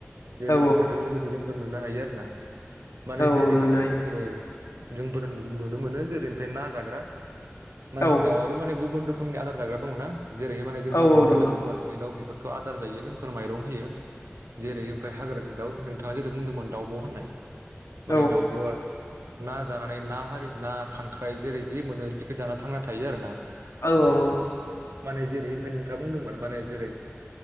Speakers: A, on the right; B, on the left.
A: जेरै
B: औ
A: बोथोरजों लोगोसे जों नुनो हायो आरो ना। माने
B: औ
A: जेरैहाय
B: मोननो
A: माने
B: हायो
A: जोंफोरो जोंफोर नुनो मोनो जेरै ओमफ्राय ना जाग्रा माने
B: औ
A: गावा माने गुबुन रो खोमनि आदार जाग्रा दं ना? जेरैहाय माने जोंफोर
B: औ
A: न'नि
B: औ दङ
A: दाउ होनबा
B: औ
A: न'नि दाउ बेफोर थ' आदार जायो जोंफोर माइरं होयो। जेरै ओमफ्राय हाग्रानि दाउ नो थांआ जेरै बुंदोंमोन दाउब' होननाय
B: औ
A: माने दाउब'आ ना जानानै ना हारि ना खांख्राइ जेरै जि मोनो बेखौ जाना थांना थायो आरो ना।
B: औ औ औ
A: माने जेरै ओमफ्राय नोंथाङा बुंदोंमोन माने जेरै